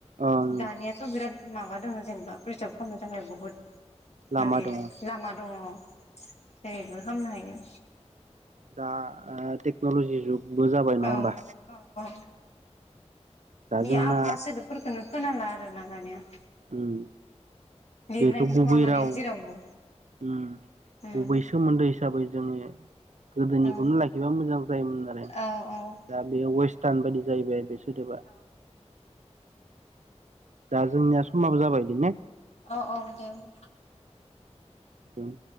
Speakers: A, on the right; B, on the left.
A: ओं
B: दानियाथ' बिराद। माबा दङ जेनेबा प्रिजार्भ खालामनो थाखाय बहुद
A: लामा
B: माने
A: दङ
B: लामा दङ । जायबो खामनो हायो।
A: दा टेक्न'ल'जि जुगबो जाबाय नङा
B: औ
A: होमबा।
B: औ औ
A: दा
B: बे
A: जोंना
B: आफा सोदोबफोरखौनो खोनाला आरोना दानिया।
A: उम
B: लिरनायबो
A: बेथ' गुबै
B: नुवा माने
A: राव।
B: आं जेरावबो
A: उम
B: उम
A: बबै सोमोन्दो हिसाबै जोङो। गोदोनिखौनो
B: औ
A: लाखिबा मोजां जायोमोन आरो
B: औ
A: दा बे वेस्टार्न बायदि जाहैबाय बे। गोदोबा।
B: औ
A: दा जोंनिया समाबो जाबाय बिदि ने।
B: औ औ दे होमबा
A: उम